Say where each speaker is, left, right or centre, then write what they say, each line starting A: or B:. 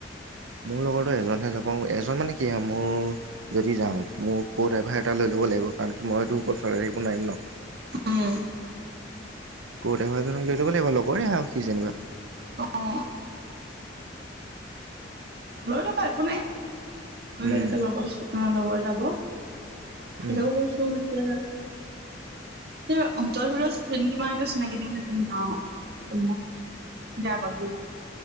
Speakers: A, on the right; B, on the right.
A: মোৰ লগতো এজনহে যাব এজন মানে কি আও মোৰ যদি যাওঁ মোৰ ক' ড্ৰাইভাৰ এটা লৈ ল'ব লাগিব কাৰণ কি মইটো
B: উম।
A: অকল চলাই থাকিব নোৱাৰিম ন
B: উম,
A: ক ড্ৰাইভাৰ এজনক লৈ ল'ব লাগিব লগৰে হয় সি যেনিবা
B: অ অ লৈ লবা একো নাই
A: উম
B: যেনেকে লগৰ লগৰ যাব <unintelligible>
A: উম
B: <unintelligible> চিনাকি দি তুমি গাঁৱত বেয়া পাব দিয়া